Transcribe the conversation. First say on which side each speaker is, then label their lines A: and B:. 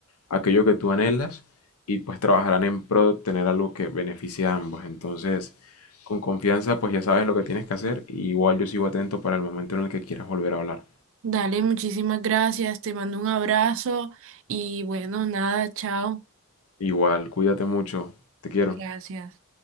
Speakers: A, on the left; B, on the right.
A: aquello que tú anhelas y pues trabajarán en pro de obtener algo que beneficie a ambos. Entonces, con confianza, pues ya sabes lo que tienes que hacer. Y igual yo sigo atento para el momento en el que quieras volver a hablar.
B: Dale, muchísimas gracias, te mando un abrazo y bueno, nada, chao.
A: Igual, cuídate mucho. Te quiero.
B: Gracias.